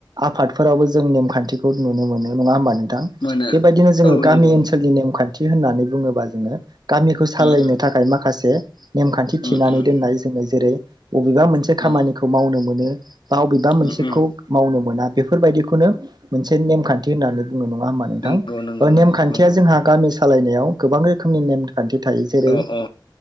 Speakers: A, on the right (about 55°); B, on the left (about 75°).
A: आफादफोरावबो जों नेमखान्थिखौ नुनो मोनो। नङा होमबानों?
B: मोनो
A: बेबायदिनो जोङो
B: औ
A: गामि
B: नंगौ नंगौ
A: ओनसोलनि नेमखान्थि थि होननानै बुङोबा जोङो। गामिखौ सालायनो
B: उम उम
A: थाखाय माखासे नेमखान्थि
B: उम
A: थिनानै
B: उम
A: दोननाय जोङो जेरै बबेबा मोनसे
B: उम
A: खामानिखौ मावनो मोनो। <inaudible> बावबेबा
B: उम
A: मोनसेखौ
B: उम
A: मावनो मोना। बेफोरबायदिखौनो मोनसे नेमखान्थि थिनानै नंआ होनबा नों
B: नंगौ
A: थां।
B: नंगौ
A: ओ
B: नंगौ
A: नेमखानथिआ
B: नंगौ
A: जोंहा गामि सालायनायाव गोबां रोखोमनि नेम खान्थि थायो जेरै।
B: औ औ